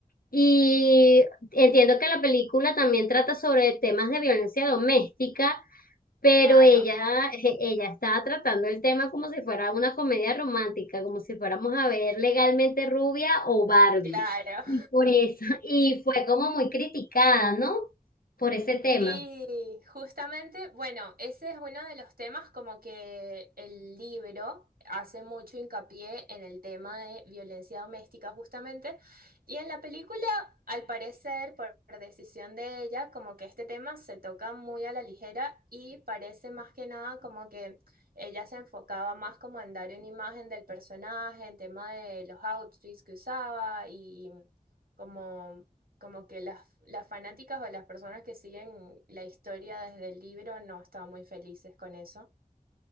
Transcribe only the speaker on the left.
y entiendo que la película también trata sobre temas de violencia doméstica, pero
ella, eh, ella estaba tratando el tema como si fuera una comedia romántica, como si fuéramos a ver Legalmente Rubia o Barbie.
Y por eso, <laughs> y fue como muy criticada, ¿no? Por ese tema.